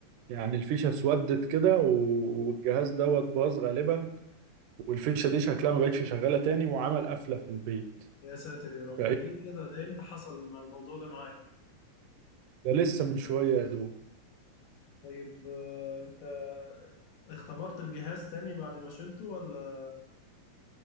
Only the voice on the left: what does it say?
يا ساتر يا رب
ليه كده ده امتى حصل مع الموضوع ده معاك
طيب آه، انت اختبرت الجهاز تاني بعد ما شلته ولا